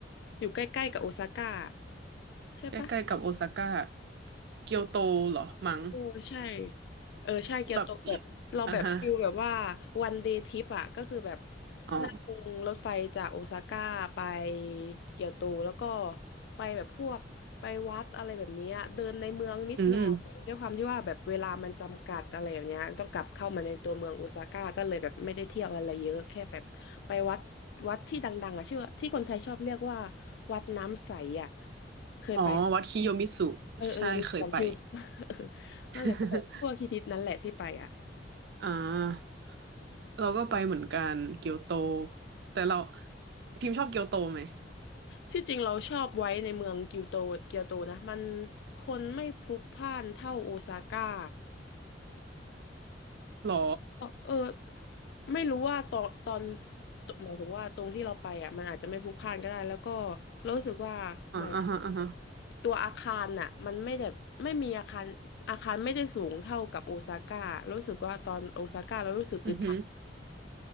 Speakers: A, on the left (about 65°); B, on the right (about 65°).
A: อยู่ใกล้ๆกับโอซาก้าใช่ปะ
B: ใกล้ๆกับโอซาก้าเกียวโตเหรอมั้ง
A: เออใช่เออใช่เกียวโตแบบเราแบบฟิลแบบว่า
B: แบบอ่ะฮะ
A: วันเดย์ทริปอ่ะก็คือแบบ
B: อ๋อ
A: นั่งรถไฟจากโอซาก้าไปเกียวโตแล้วก็ไปแบบพวกไปวัดอะไรแบบเนี้ยเดินในเมืองนิดหน่อยด้วยความที่ว่าแบบเวลามันจำกัดอะไรแบบเนี้ยต้องกลับเข้ามาในตัวเมืองโอซาก้าก็เลยแบบไม่ได้เที่ยวอะไรเยอะแค่แบบไปวัดวัดที่ดังๆอ่ะชื่อว่าที่คนไทยชอบเรียกว่า
B: อืม
A: วัดน้ำใสอ่ะเคยไป
B: อ๋อวัดคิโยมิสุใช่เคยไป
A: เออเออนี่จำชื่อ <laughs> เออ
B: <laughs>
A: นั่นแหละก็แบบพวกฮิตๆนั้นแหละที่ไปอ่ะ
B: อ่าเราก็ไปเหมือนกันเกียวโตแต่เราพิมพ์ชอบเกียวโตไหม
A: ที่จริงเราชอบไว้ในเมืองเกียวโตเกียวโตนะมันคนไม่พลุกพล่านเท่าโอซาก้า
B: หรอ
A: ก็เออไม่รู้ว่าตอนตอนหมายถึงว่าตรงที่เราไปอ่ะมันอาจจะไม่พลุกพล่านก็ได้แล้วก็เรารู้สึกว่าหมายถึง
B: อ่าอ่าฮะอ่าฮะ
A: ตัวอาคารน่ะมันไม่แบบไม่มีอาคารอาคารไม่ได้สูงเท่ากับโอซาก้ารู้สึกว่าตอนโอซาก้าเรารู้สึกอึดอัด
B: อือหือ